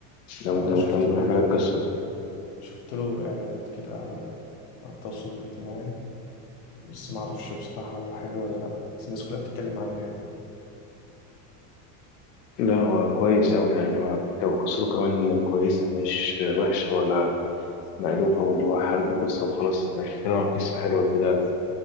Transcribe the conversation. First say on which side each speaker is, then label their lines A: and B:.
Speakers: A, on the left; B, on the left.
A: لو
B: أه
A: أنت مهتم
B: شفت
A: ممكن
B: له
A: أحكي لك قصته.
B: شفت له إعلانات كده على على التواصل الاجتماعي بس ما أعرفش بصراحة هو حلو ولا لأ بس الناس كلها بتتكلم عنه يعني
A: لا هو كويس أوي يعني هو لو قصته كمان كويسة مش وحشة ولا مألوفة واللي هو حلب قصة وخلاص يعني بيتكلم عن قصة حلوة كده